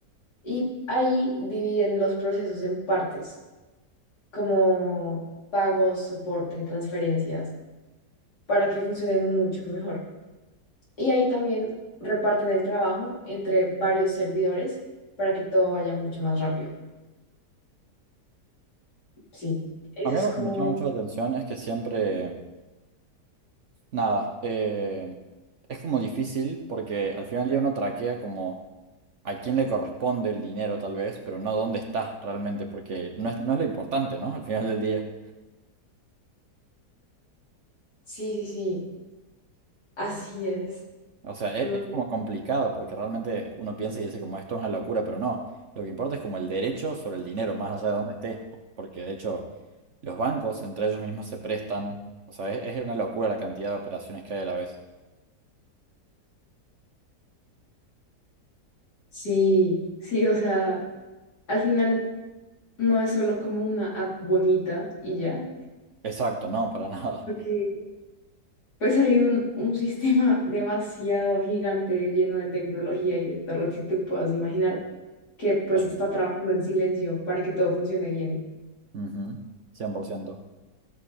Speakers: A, on the left; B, on the right.
A: Y ahí dividen los procesos en partes como pagos, soporte, transferencias, para que funcionen mucho mejor. Y ahí también reparten el trabajo entre varios servidores para que todo vaya mucho más rápido. Sí, eso
B: A mí
A: es
B: algo
A: como,
B: que me llama mucho la atención es que siempre Nada, eh, es como difícil porque al final del día uno traquea como a quién le corresponde el dinero tal vez, pero no dónde está realmente, porque no es, no es lo importante, ¿no? Al final del día.
A: sí, sí, sí, así es.
B: O sea, e-
A: No-
B: es, como complicado porque realmente uno piensa y dice como esto es una locura, pero no, lo que importa es como el derecho sobre el dinero, más allá de dónde esté, porque de hecho los bancos entre ellos mismos se prestan, o sea, es, es una locura la cantidad de operaciones que hay a la vez.
A: sí, sí, o sea, al final no es solo como una app bonita y ya.
B: Exacto, no, para <laughs> nada.
A: Porque pues hay un, un <laughs> sistema demasiado gigante lleno de tecnología y de todo lo que te puedas imaginar que pues
B: Tal.
A: está trabajando en silencio para que todo funcione bien. <laughs>
B: Ujú, cien por ciento